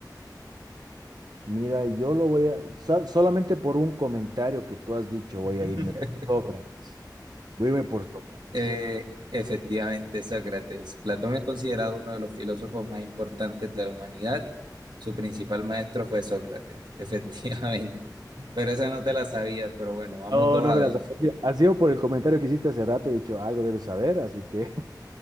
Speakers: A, on the right; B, on the right.
A: Mira, yo lo voy a... so- solamente por un comentario que tú has dicho voy a
B: <laughs>
A: irme por Sócrates. Voy a irme por Sócrates.
B: Eh, efectivamente, Sócrates. Platón es considerado uno de los filósofos más importantes de la humanidad Su principal maestro fue Sócrates, <laughs> efectivamente. Pero esa no te la sabías, pero bueno, vamos
A: No,
B: dos
A: no
B: a
A: me
B: dos.
A: las... Ha sido por el comentario que hiciste hace rato y he dicho, algo debes saber, así que...